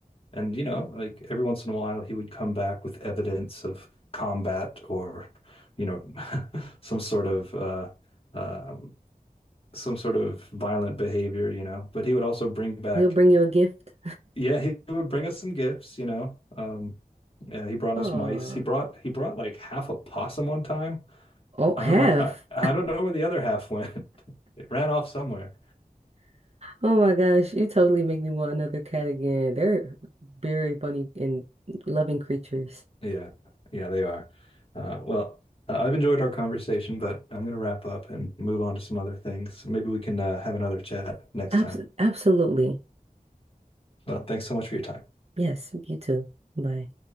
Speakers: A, on the left (about 40°); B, on the right (about 45°).
A: And you know, like every once in a while, he would come back with evidence of combat or, you know, <laughs> some sort of uh, um some sort of violent behavior. You know, but he would also bring back.
B: He'll bring you a gift.
A: Yeah, he would bring us some gifts. You know. Um, yeah, he brought
B: Oh,
A: us mice. He brought he brought like half a possum one time.
B: oh,
A: I
B: half.
A: don't know. I I don't know where the other half went. <laughs> It ran off somewhere.
B: Oh my gosh, you totally make me want another cat again. They're very funny and loving creatures.
A: Yeah, yeah, they are. Uh, well, uh, I've enjoyed our conversation, but I'm going to wrap up and move on to some other things. Maybe we can uh, have another chat next
B: Abs
A: time.
B: absolutely.
A: Well, thanks so much for your time.
B: Yes, you too. Bye.